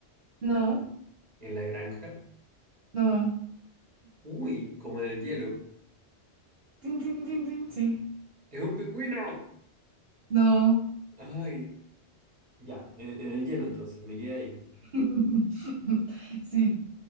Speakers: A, on the right; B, on the right.
A: no,
B: ¿En la granja?
A: no.
B: Uy, como en el hielo.
A: Tin, tin, tin, tin, sí,
B: ¡Es un pingüino!
A: no.
B: Ay, ya, en, en el hielo entonces, me quedé ahí.
A: <laughs> Sí,